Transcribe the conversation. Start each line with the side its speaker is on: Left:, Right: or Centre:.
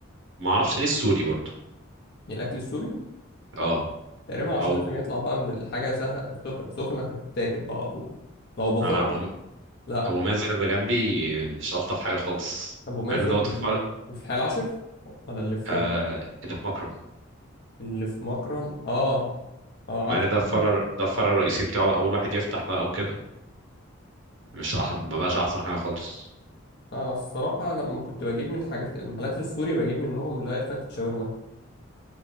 Right: ومعرفش ليه السوري برضه
Left: الاكل السوري
Right: أه
Left: تقريبا عشان
Right: أو
Left: لازم يطلع بقى من الحاجة سهل سخنة سخنة تتاكل بقى على طول لو بطاطس
Right: أنا أبو
Left: لا
Right: ابو مازن اللي جنبي مش الطف حاجه خالص
Left: ابو مازن
Right: مع ان دوت
Left: ال-
Right: الفرع
Left: اللي في الحي العاشر ولا اللي فين
Right: آه اللي في مكرم
Left: اللي في مكرم اه اه
Right: مع ان ده الفرع ده الفرع الرئيسي بتاعه اول واحد يفتح بقى وكده مش أح... ما بقاش احسن حاجه خالص
Left: انا الصراحه لما كنت بجيب من حاجات المحلات السوري بجيب منهم اللي هي فتة شاورما